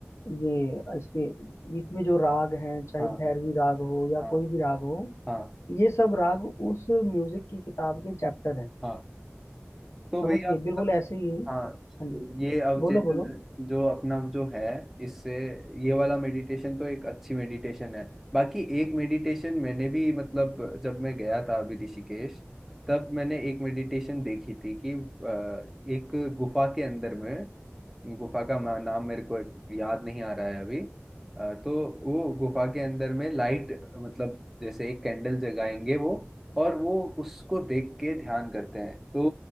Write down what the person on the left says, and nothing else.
ये इसके बीच में जो राग हैं चाहे
भैरवी
राग हो या
कोई भी राग हो
ये सब राग उस म्यूजिक की किताब के चैप्टर हैं
समझ
गए
बिल्कुल ऐसे ही हाँ
जी
बोलो बोलो